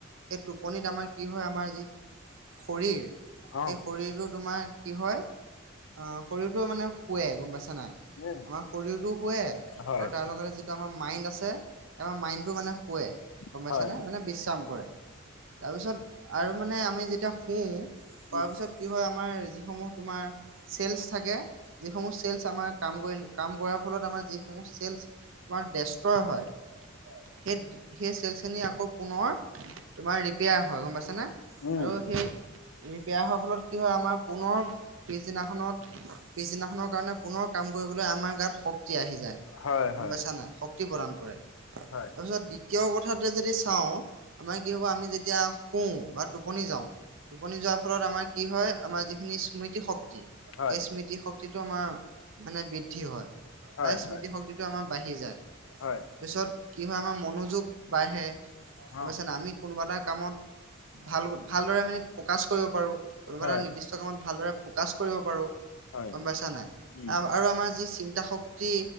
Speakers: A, on the right; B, on the left.
A: সেই টোপনিত আমাৰ কি হয় আমাৰ যি শৰীৰ
B: অ
A: সেই শৰীৰটো তোমাৰ কি হয় আহ শৰীৰটো মানে শুৱে গম পাইছা নাই।
B: উম
A: আমাৰ শৰীৰটো শুৱে। আৰু
B: হয়
A: তাৰ লগতে যিটো আমাৰ মাইণ্ড আছে আমাৰ মাইণ্ডটো মানে শুৱে। গম
B: হয়
A: পাইছ নে মানে বিশ্ৰাম কৰে। তাৰপিছত আৰু মানে আমি যেতিয়া শুওঁ শোৱাৰ
B: উম
A: পিছত কি হয় আমাৰ যিসমূহ তোমাৰ চেলচ থাকে যিসমূহ চেলচ আমাৰ কাম কৰি কাম কৰাৰ ফলত আমাৰ যিসমূহ চেলচ তোমাৰ ডেষ্ট্ৰয় হয়। সেই সেই চেল খি আকৌ পুনৰ তোমাৰ ৰিপেয়াৰ হয় গম পাইছ নে।
B: উম
A: আৰু সেই ৰিপেয়াৰ হোৱাৰ ফলত কি হয় আমাৰ পুনৰ পিছদিনাখনত পিছদিনাখনৰ কাৰণে পুনৰ কাম কৰিবলৈ আমাৰ গাত শক্তি আহি যায়
B: হয়
A: গম
B: হয়
A: পাইছা নাই শক্তি প্ৰদান কৰে
B: হয়
A: তাৰপিছত দ্বিতীয় কথাতে যদি চাওঁ আমাৰ কি হ'ব আমি যেতিয়া শু বা টোপনি যাওঁ টোপনি যোৱাৰ ফলত আমাৰ কি হয় আমাৰ যি খিনি স্মৃতি শক্তি
B: হয়
A: এই স্মৃতি শক্তিটো আমাৰ মানে বৃ বৃদ্ধি হয়
B: হয়
A: প্ৰায় স্মৃতিশক্তিটো
B: হয়
A: আমাৰ বাঢ়ি যায়
B: হয়
A: তাৰপিছত কি হয় আমাৰ মনোযোগ বাঢ়ে অৱশ্যে
B: অ
A: ন আমি কোনোবা এটা কামত ভাল ভালদৰে মানে ফকাচ কৰিব পাৰোঁ কোনোবা
B: হয়
A: এটা নিৰ্দিষ্ট কামত ভালদৰে ফকাচ কৰিব পাৰো
B: হয়
A: গম পাইছা নাই
B: উম
A: আৰু আমাৰ যি চিন্তা শক্তি